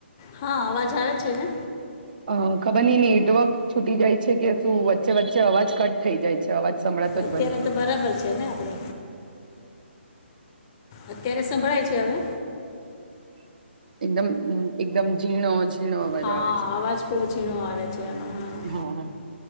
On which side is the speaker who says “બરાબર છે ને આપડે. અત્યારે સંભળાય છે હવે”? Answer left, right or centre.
Left